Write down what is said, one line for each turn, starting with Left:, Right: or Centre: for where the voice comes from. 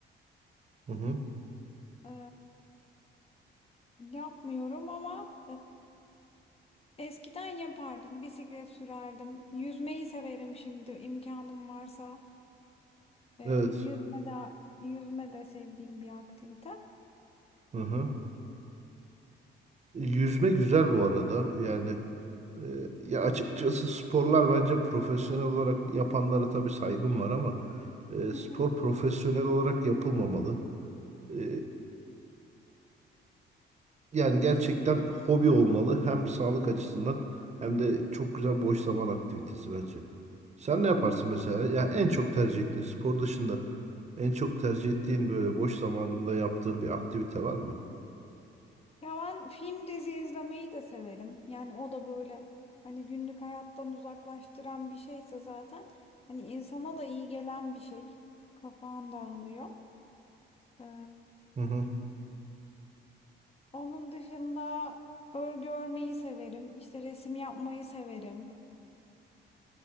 Right: Hı hı.
Left: E, yapmıyorum ama e, eskiden yapardım. Bisiklet sürerdim. Yüzmeyi severim şimdi imkanım varsa. E,
Right: Evet.
Left: yüzme de, yüzme de sevdiğim bir aktivite.
Right: Hı hı. Yüzme güzel bu arada. Yani e, ya açıkçası sporlar bence profesyonel olarak yapanlara tabii saygım var ama e,
Left: Hı
Right: spor profesyonel olarak yapılmamalı. E, yani gerçekten hobi olmalı. Hem sağlık açısından hem de çok güzel boş zaman aktivitesi bence. Sen ne yaparsın
Left: hı.
Right: mesela? Ya en çok tercih ettiğin spor dışında en çok tercih ettiğin böyle boş zamanında yaptığın bir aktivite var mı?
Left: Ya ben film dizi izlemeyi de severim. Yani o da böyle hani günlük hayattan uzaklaştıran bir şeyse zaten hani insana da iyi gelen bir şey. Kafan dağılıyor. Ee,
Right: Hı hı.
Left: onun dışında örgü örmeyi severim. İşte resim yapmayı severim.